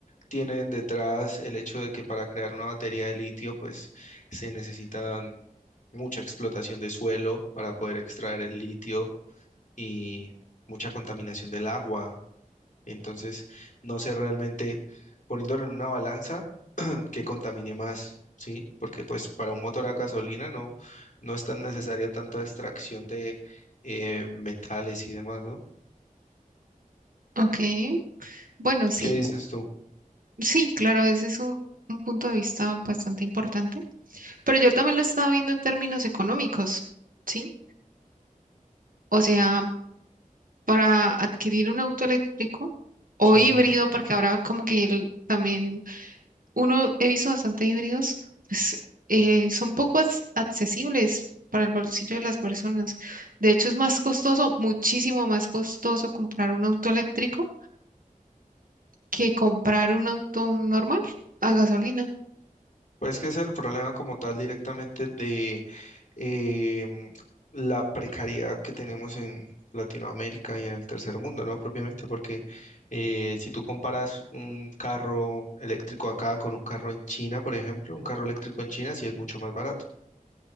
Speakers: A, on the left; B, on the right.
A: tienen detrás el hecho de que para crear una batería de litio, pues se necesitan mucha explotación de suelo para poder extraer el litio y mucha contaminación del agua. Entonces, no sé realmente, poniéndolo en una balanza, que contamine más, ¿sí? Porque pues para un motor a gasolina no, no es tan necesaria tanta extracción de eh, metales y demás, ¿no?
B: Ok. Bueno, sí,
A: ¿Qué dices tú?
B: sí, claro, ese es un, un punto de vista bastante importante. Pero yo también lo estaba viendo en términos económicos, ¿sí? O sea, para adquirir un auto eléctrico o
A: Sí,
B: híbrido,
A: ¿no?
B: porque ahora como que el- también uno he visto bastante híbridos, pues eh, son poco ac- accesibles para el bolsillo de las personas. De hecho, es más costoso, muchísimo más costoso comprar un auto eléctrico que comprar un auto normal a gasolina.
A: pues que es el problema como tal directamente de em, la precariedad que tenemos en Latinoamérica y en el tercer mundo, ¿no? Propiamente porque eh, si tú comparas un carro eléctrico acá con un carro en China, por ejemplo, un carro eléctrico en China sí es mucho más barato.